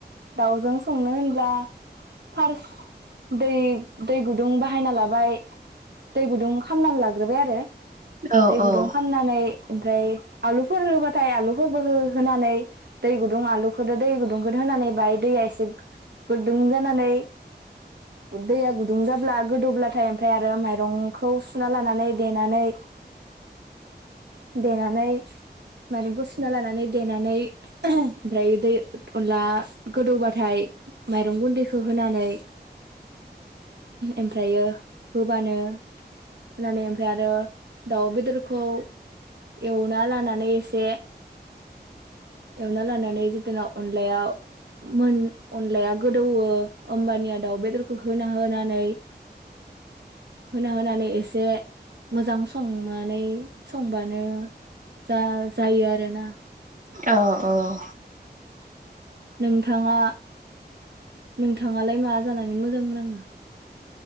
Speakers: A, on the right (about 70°); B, on the right (about 50°).
A: दावजों संनो होनब्ला फार्स्ट दै दै गुदुं बाहायना लाबाय दै गुदुं खालामामनानै लाग्रोबाय आरो
B: औ
A: दै
B: औ
A: गुदुं खामनानै ओमफ्राय आलुफोर होबा थाय आलुफोरबो हो होनानै दै गुदुं आलुखौ दै गुदुंखौ होनानै बाहाय दैया एसे गुदुं जानानै दैया गुदुं जाब्ला गोदौब्लाथाय ओमफ्राय आरो माइरंखौ सुना लानानै देनानै देनानै माइरंखौ सुना लानानै देनानै ओमफ्राय दै अनला गोदौबाथाय माइरं गुन्दैखौ होनानै ओमफ्रायो होबानो होनानै ओमफ्राय आरो दाउ बेदरखौ एवना लानानै एसे एवना लानानै जिथुना अनलाया मोन अनलाया गोदौवो होमबानिया दाउ बेदरखौ होना होनानै होना होनानै एसे मोजां संनानै संबानो जा जायो आरोना
B: औ औ
A: नोंथाङा नोंथाङालाय मा जानानै मोजां नाङो